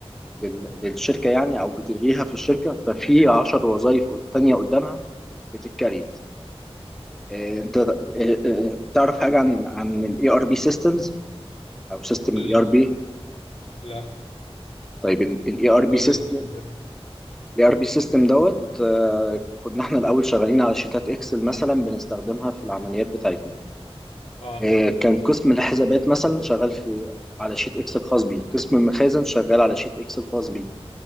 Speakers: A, in the centre; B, on the left.
A: لل- للشركه يعني او بتلغيها في الشركه ففي 10 وظائف تانيه قدامها بتتكريت إيه، انت إيه، إيه، تعرف حاجه عن عن الاي ار بي سيستمز او سيستم
B: لا
A: الاي ار بي
B: لا
A: طيب الاي ار بي
B: قول
A: سيستم
B: لي طيب كده
A: الاي ار بي سيستم دوت آه، كنا احنا الاول شغالين على شيتات اكسل مثلا بنستخدمها في العمليات بتاعتنا
B: اه
A: آه، كان قسم الحسابات مثلا شغال في على شيت اكسل خاص بيه قسم المخازن شغال على شيت اكسل خاص بيه